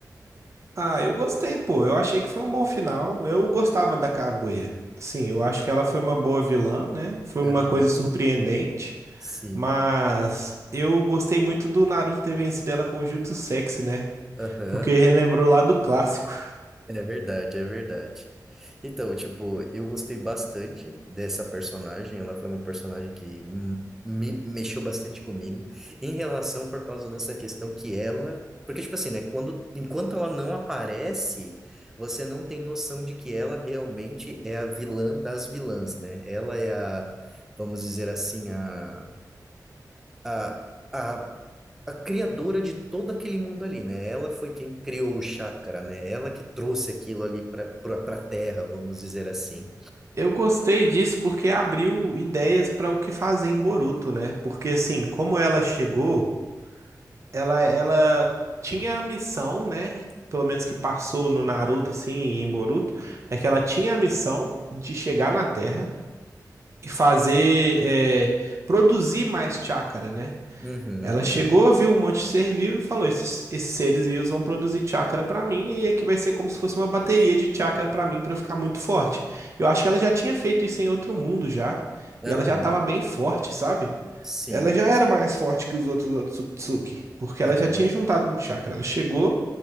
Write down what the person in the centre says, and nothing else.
Aham,
sim.
Aham,
é verdade, é verdade. Então, tipo, eu gostei bastante dessa personagem. Ela foi uma personagem que hum, me mexeu bastante comigo em relação por causa dessa questão que ela, porque tipo assim, né, quando enquanto ela não aparece, você não tem noção de que ela realmente é a vilã das vilãs, né? Ela é a, vamos dizer assim, a a, a a criadora de todo aquele mundo ali, né? Ela foi quem criou o chakra, né? Ela que trouxe aquilo ali para para a Terra, vamos dizer assim.
Uhum,
aham,
sim,
aham,